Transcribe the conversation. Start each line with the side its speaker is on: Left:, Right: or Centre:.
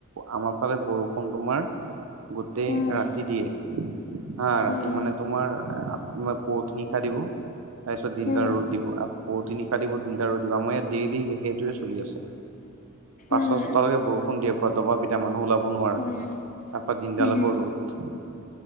Right: আমাৰ ফালে বৰষুণ তোমাৰ গোটেই
Left: উম
Right: ৰাতি দিয়ে। হা ৰাতি
Left: উম
Right: মানে তোমাৰ পুৱতি নিশা দিব। তাৰপিছত দিনদাৰ
Left: উম
Right: ৰ'দ দিব আকৌ পুৱতি নিশা দিব, দিনদাৰ ৰ'দ দিব আমাৰ ইয়াত ডেইলি সেইটোৱে চলি আছে। পাঁচটা
Left: উম
Right: ছটালৈকে বৰষুণ দিয়ে পৰা দবাপিটা মানুহ ওলাব নোৱাৰাকে।
Left: উম
Right: তাৰ পৰা দিনডাল
Left: উম
Right: আকৌ ৰ'দ।